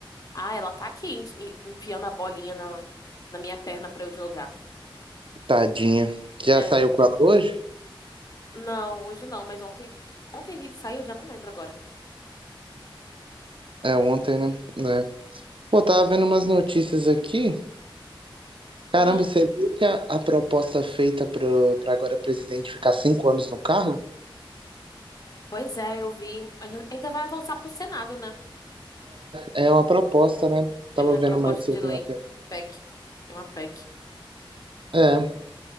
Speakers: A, on the left (about 45°); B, on the right (about 70°).
A: Ah, ela tá aqui en- en- enfiando a bolinha na, na minha perna pra eu jogar.
B: Tadinha. Já
A: É.
B: saiu com ela hoje?
A: Não, hoje não, mas ontem, ontem a gente saiu, já não lembro agora.
B: É ontem, né? É. Pô, tava vendo umas notícias aqui. Caramba,
A: Hum,
B: você viu que a, a proposta feita pro, pra agora presidente ficar cinco anos no cargo?
A: pois é, eu vi, mas ainda vai avançar pro Senado, né?
B: É, é uma proposta, né? Tava
A: É,
B: vendo
A: proposta
B: mais cedo
A: de lei,
B: na TV.
A: PEC. É uma PEC.
B: É,